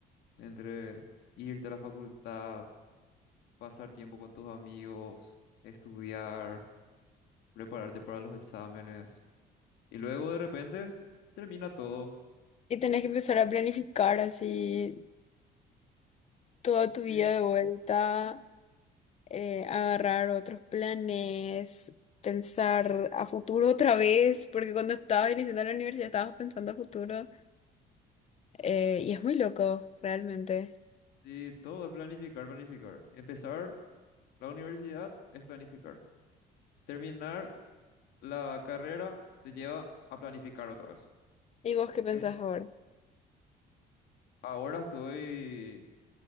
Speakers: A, on the left (about 80°); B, on the left (about 40°).
A: entre irte a la facultad, pasar tiempo con tus amigos, estudiar, prepararte para los exámenes. Y luego de repente termina todo.
B: Y tenés que empezar
A: Y-
B: a planificar así toda tu vida
A: Sí,
B: de vuelta, eh, agarrar otros planes, pensar a futuro otra vez, porque cuando estabas iniciando la universidad estabas pensando a futuro, eh, y es muy loco, realmente.
A: sí, todo es planificar, planificar. Empezar la universidad es planificar. Terminar la carrera te lleva a planificar otra vez.
B: ¿Y vos qué pensás
A: Es,
B: ahora?
A: ahora estoy,